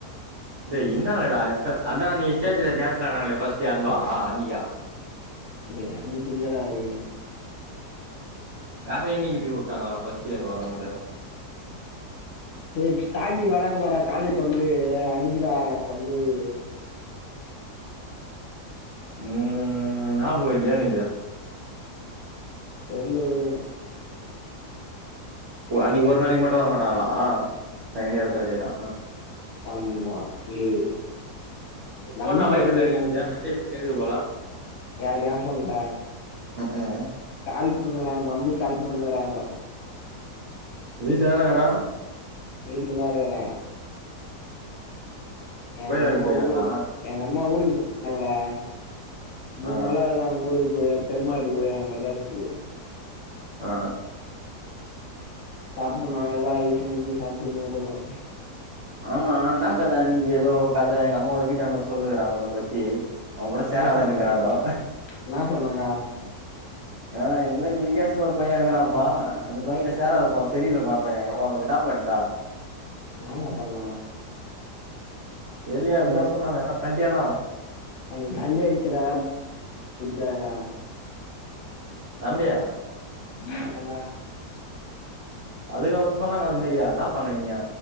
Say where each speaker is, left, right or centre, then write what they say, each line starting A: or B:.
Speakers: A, on the right; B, on the left.
A: டேய் இருந்தாங்களே டா அதா நீ ஸ்டேஜ்ல டான்ஸ்ல ஆடுனாங்களே ஃபர்ஸ்ட் டே அதுவாஹ் அன்னிக்கா
B: இல்ல அன்னைக்கி இல்லடா அது
A: வேற என்னைக்கி லீவ் வுட்டாங்க பர்ஸ்ட் இயர் வரும் போதே
B: டேர் ஸ்டார்ட்டிங் வராங்க பாரா காலேஜ் வந்து அன்னிக்குடா நா சொல்றது
A: ம் ஞாபக இல்லையே எனக்கு
B: <unintelligible>
A: அன்னைக்கி ஒரு நாளைக்கு மட்டு வரமாட்டாங்களா செகண்ட்
B: ஆ
A: இயர் தேர்ட் இயரா
B: ஆமா லீவு
A: உன்
B: நம்ம
A: போன் என்ன வைப்ரேட்
B: செகண்ட் இயர்
A: ஆகின்னே
B: தான்டா
A: இருக்குது மெசேஜ் வந்துகின்னே இருக்குது போல
B: யார் எ போண்கா
A: <unintelligible>
B: கால் பண்ணுறாங்க மம்மி கால் பண்ணுகறாங்க
A: வீட்ல தான இருக்குற
B: வீட்லதா இருக்குற எங்க
A: கோயில்
B: அம்மா
A: வேலைக்கு போயிறாங்களா
B: ஊரு எங்க அம்மா ஊருக்கு <unintelligible> டா மூணு
A: ஆ
B: நாளா ஆகுதா அங்க ஊருக்கு போய் பெரிமாவீட்டுக்கு போய் மெட்ராசுக்கு
A: ஆ
B: சாப்படுனால தா ஆகி செஞ்சு சாப் <unintelligible>
A: ஆமா அண்ணா கத நீ ஏதோ கத எங்க அம்மா வந்து வீட்டான்ட சொல்லுகறாங்க உன பத்தி அவன் கூட சேராதாங்குனாங்குராங்கோ
B: என்ன சொன்னாங்க என்னா சொன்னாங்க
A: ஆ இதுமாரி லிங்கேஸ்கு ஒருபயன் இருக்கறாப்பா அந்த பையங்கூட சேராதபா அவன் செரியிலபா பண்றங்க அம்மா வந்து என்ன பண்ட்ட
B: நா என்ன பண்ண
A: தெர்லயே
B: <unintelligible>
A: அப்டிதா சொன்னாங்க எதனா பண்ட்டியானா
B: அன்னிக்கி சண்டே ஆயிட்சி டா <unintelligible> <unintelligible>
A: சண்டையா
B: ஆமா டா
A: அதுக வந்து சொன்னாங்க அது மாரியா என்ன பண்ன நீ